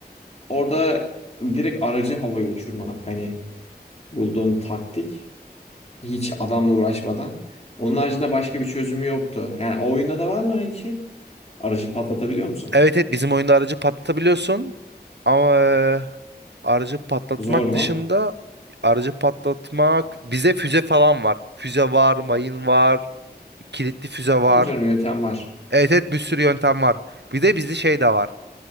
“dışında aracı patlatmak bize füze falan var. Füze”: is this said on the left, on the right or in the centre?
Right